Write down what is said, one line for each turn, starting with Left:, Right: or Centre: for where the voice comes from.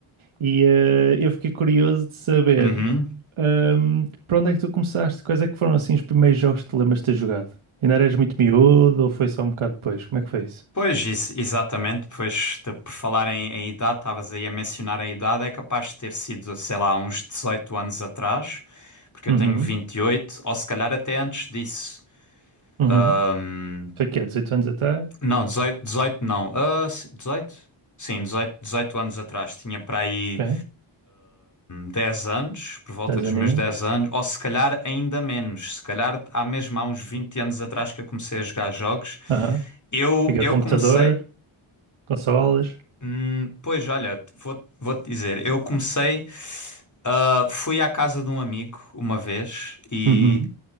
Right: e eh, eu fiquei curioso de saber
Left: uhum.
Right: ahm, para onde é que tu começaste, quais é que foram assim os primeiros jogos que te lembras de ter jogado? Ainda eras muito miúdo ou foi só um bocado depois? Como é que foi isso?
Left: Pois, ex- exatamente. Pois, de- por falar em, em idade, estavas aí a mencionar a idade, é capaz de ter sido, sei lá, uns 18 anos atrás, porque eu
Right: Uhum,
Left: tenho 28. ou se calhar até antes disso.
Right: uhum.
Left: Hum,
Right: Foi que é 18 anos até?
Left: Não, 18, 18 não. Ah, se- 18? Sim, 18, 18 anos atrás. Tinha para aí.
Right: Ok.
Left: 10 anos, por volta
Right: 10
Left: dos
Right: aninhos.
Left: meus 10 anos, ou se calhar ainda menos, se calhar há mesmo há uns 20 anos atrás que eu comecei a jogar jogos.
Right: Aham.
Left: Eu,
Right: Fica
Left: eu
Right: computador,
Left: comecei,
Right: consoles.
Left: hum, pois olha, vou, vou-te dizer, eu comecei, ah, fui à casa de um amigo uma vez e,
Right: Uhum.